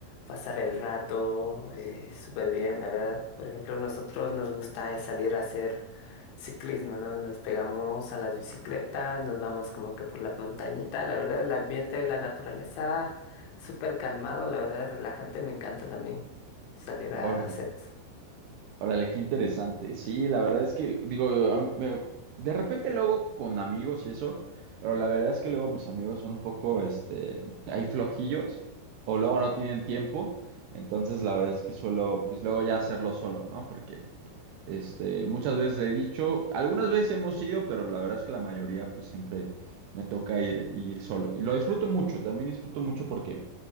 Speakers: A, on the left; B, on the right.
A: pasar el rato, eh, súper bien, la verdad. Por ejemplo, nosotros nos gusta es salir a hacer ciclismo, ¿no? Nos pegamos a las bicicletas, nos vamos como que por la montañita. La verdad, el ambiente, la naturaleza, súper calmado, la verdad, relajante. Me encanta también salir a
B: Órale,
A: hacer eso.
B: órale, qué interesante. Sí, la verdad es que digo, a mí me- de repente luego con amigos y eso, pero la verdad es que luego mis amigos son un poco, este, hay flojillos o luego no tienen tiempo. Entonces, la verdad es que suelo, pues luego ya hacerlo solo, ¿no? Porque Este, muchas veces le he dicho, algunas veces hemos ido, pero la verdad es que la mayoría pues siempre me toca ir, ir solo. Y lo disfruto mucho, también disfruto mucho porque